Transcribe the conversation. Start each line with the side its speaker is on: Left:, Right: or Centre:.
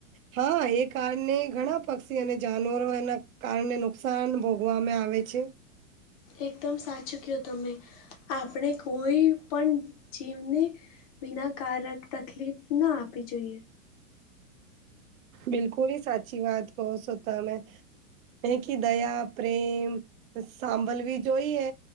Right: હા એ કારણે ઘણા પક્ષી અને જાનવરો એના કારને નુકસાન ભો ગોવાવામાં આવેે છે.
Left: એકદમ સાચું કહો તમે આપણે કોઈ પણ જીવને વિના કારક તકલીફ ના આપવી જોઈએ.
Right: બિલકુલ હ સાચી વાત કહો છો તમે. એ કી દયા પ્રેમ સાંભળવી જોઈએ